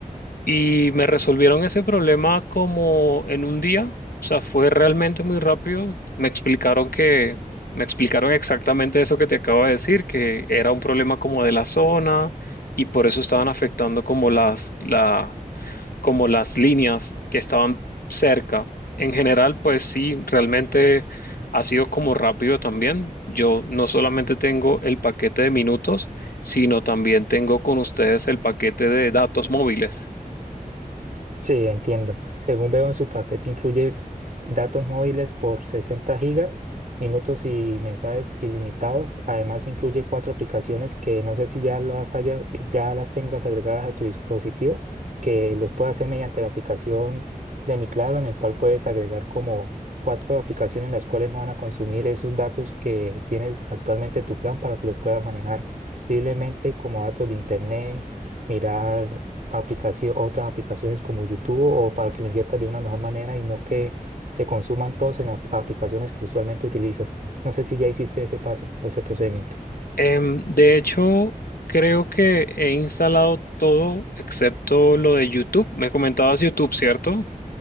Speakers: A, on the left; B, on the right.
A: y me resolvieron ese problema como en un día, o sea, fue realmente muy rápido. Me explicaron que, me explicaron exactamente eso que te acabo de decir, que era un problema como de la zona y por eso estaban afectando como las, la, como las líneas que estaban cerca. En general, pues sí, realmente ha sido como rápido también. Yo no solamente tengo el paquete de minutos, sino también tengo con ustedes el paquete de datos móviles.
B: Sí, entiendo. Según veo en su paquete, incluye datos móviles por 60 gigas, minutos y mensajes ilimitados. Además, incluye cuatro aplicaciones que no sé si ya las hayas, ya las tengas agregadas a tu dispositivo, que los puedes hacer mediante la aplicación de Mi Claro, en el cual puedes agregar como cuatro aplicaciones las cuales no van a consumir esos datos que tienes actualmente en tu plan para que lo puedas manejar libremente como datos de internet, mirar aplicación, otras aplicaciones como YouTube o para que lo inviertas de una mejor manera y no que se consuman todos en ap- aplicaciones que usualmente utilizas. No sé si ya hiciste ese paso o ese procedimiento.
A: Em, de hecho, creo que he instalado todo excepto lo de YouTube. Me comentabas YouTube, ¿cierto?